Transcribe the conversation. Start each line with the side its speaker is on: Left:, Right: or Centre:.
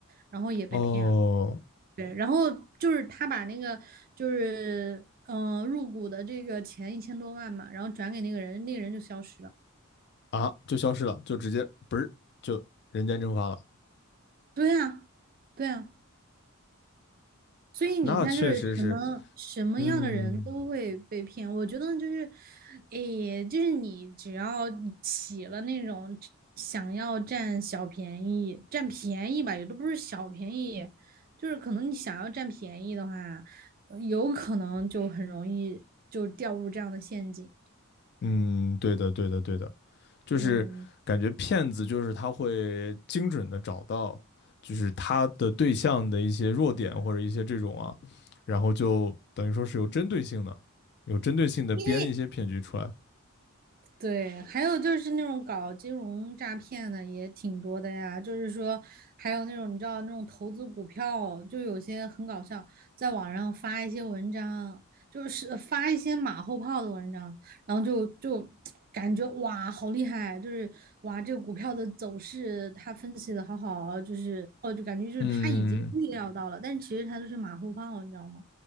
Right: 然后也被骗了，
Left: 哦
Right: 对，然后就是他把那个就是嗯、呃入股的这个钱一千多万嘛，然后转给那个人，那个人就消失了。
Left: 啊，就消失了，就直接不是就人间蒸发了。
Right: 对啊，对啊。所以你看，
Left: 那确实是，
Right: 就是什么什么样的人都会被骗。
Left: 嗯
Right: 我觉得就是，诶，就是你只要起了那种想要占小便宜、占便宜吧，也都不是小便宜，就是可能你想要占便宜的话，呃有可能就很容易就掉入这样的陷阱。
Left: 嗯，对的对的对的。就是感觉骗子就是他会精准的找到，
Right: 嗯，
Left: 就是他的对象的一些弱点或者一些这种啊，然后就等于说是有针对性的，有针对性的编一些骗局出来。
Right: 因为对，还有就是那种搞金融诈骗的也挺多的呀，就是说还有那种你知道那种投资股票，就有些很搞笑，在网上发一些文章，就是发一些马后炮的文章，然后就就 <tsk> 感觉哇好厉害，就是哇这个股票的走势他分析的好好，就是哦就感觉就是他已经预料到了，
Left: 嗯，
Right: 但其实他就是马后炮，你知道吗？